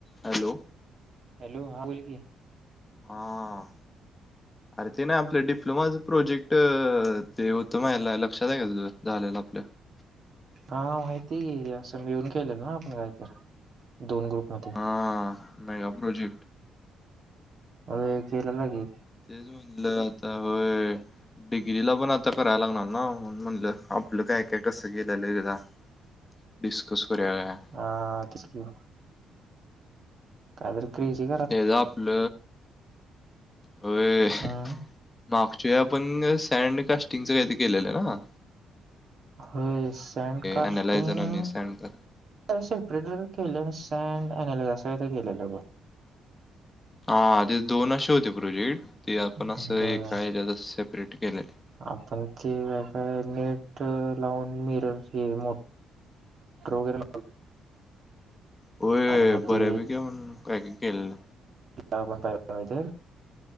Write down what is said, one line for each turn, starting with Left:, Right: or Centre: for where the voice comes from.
Left: Hello
Right: hello हां बोल की
Left: हम्मं अरे ते नाहीं आपलं डिप्लोमाचं प्रोजेक्ट ते होतं मा यांला लक्षांत आहे कां तुझं झालेलं आपलं
Right: हां माहिती गे असं मी येऊन केलेलं नां आपणं कांहीत दोन ग्रुप मध्यें
Left: हां मेगा प्रोजेक्ट
Right: अरे केलं नां की
Left: तेचं म्हटलं आंता होयं डिग्रीला पणं आंता करायंला लागणारं नां म्हणजलं आपलं कायं कायं कसं केलेलं तिला डिस्कस करूं यां
Right: हां <unintelligible> तस कदर क्रीजी
Left: तेचं आपलं अं
Right: हां
Left: मागच्यां आपणं सँड कास्टिंगचं कांहीत केलेलं आहे नां
Right: हो सॅडकास्टिंग
Left: अनालायझर आणि सँड
Right: सेपरेटर केलं सँड अल असं केलेलं
Left: हां ते दोन असे होते प्रोजेक्ट ते आपणं
Right: बघ
Left: असं
Right: बर
Left: एक ह्यांच्यात सेपरेट केलेलं आहे
Right: आपण ते काय नेट लावून मिरर हे मोठ रोगर
Left: होय
Right: आणि मग
Left: बऱ्यापैकी
Right: ती
Left: आपण काय काय केलेलं
Right: आपण पाहि तर